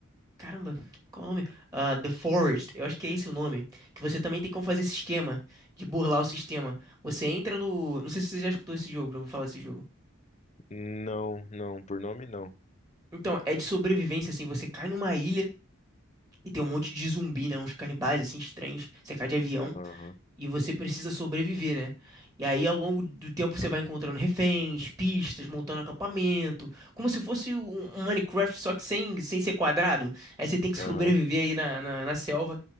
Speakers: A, on the right (about 15°); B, on the left (about 30°).
A: Caramba, qual é o nome? Ah, The Forest, eu acho que é esse o nome. Que você também tem como fazer esse esquema de burlar o sistema. Você entra no. Não sei se você já escutou esse jogo, já vou falar desse jogo.
B: Não, não, por nome não.
A: Então, é de sobrevivência, assim, você cai numa ilha e tem um monte de zumbi, né? Uns canibais, assim, estranhos. Você cai de avião.
B: Aham,
A: e você precisa sobreviver, né? E aí, ao longo do tempo, você vai encontrando reféns, pistas, montando acampamento, como se fosse um um Minecraft, só que sem, sem ser quadrado. Aí você tem que sobreviver
B: aham.
A: aí na, na, na selva,